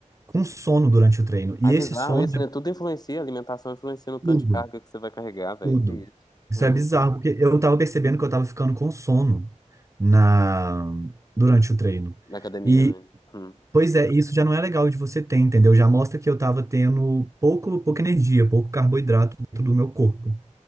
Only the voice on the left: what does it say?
Ah, é bizarro
isso, né? Tudo influencia, a alimentação influencia no tanto
de carga que você vai carregar, velho.
Que Isso.
Hum,
na academia,
né? Hum,